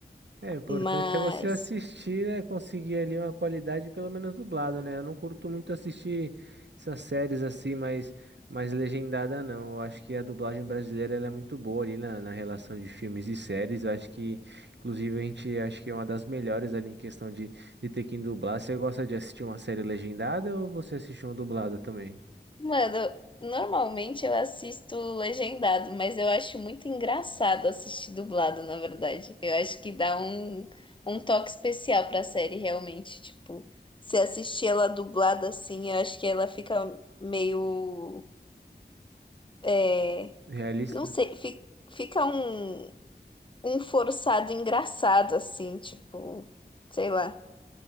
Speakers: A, on the right; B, on the left.
A: É, o importante
B: É. Mas.
A: é você assistir, né? Conseguir ali uma qualidade, pelo menos dublado, né? Eu não curto muito assistir essas séries assim, mas mais legendada não. Eu acho que a dublagem brasileira ela é muito boa ali na, na relação de filmes e séries. Eu acho que, inclusive, a gente acho que é uma das melhores ali em questão de, de ter que dublar. Você gosta de assistir uma série legendada ou você assiste uma dublada também?
B: Mano, normalmente eu assisto legendado, mas eu acho muito engraçado assistir dublado, na verdade. Eu acho que dá um, um toque especial pra série, realmente. Tipo, se assistir ela dublada assim, eu acho que ela fica meio. É,
A: Realista?
B: não sei, fi- fica um, um forçado engraçado, assim, tipo, sei lá.